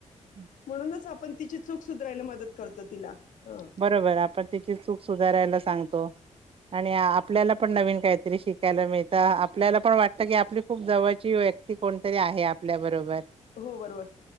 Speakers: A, on the right; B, on the left.
A: अम्म.
B: म्हनुनच आपण तिची चूक सुधरायला मदत करतो तिला. हां
A: बरोबर आपण तिची चूक सुधारायला सांगतो आणि आपल्याला पण नवीन काहीतरी शिकायला मिळतं आपल्याला पण वाटतं की आपली खूप जवळची व्यक्ती कोणतरी आहे आपल्यारोबर
B: हो बरोबर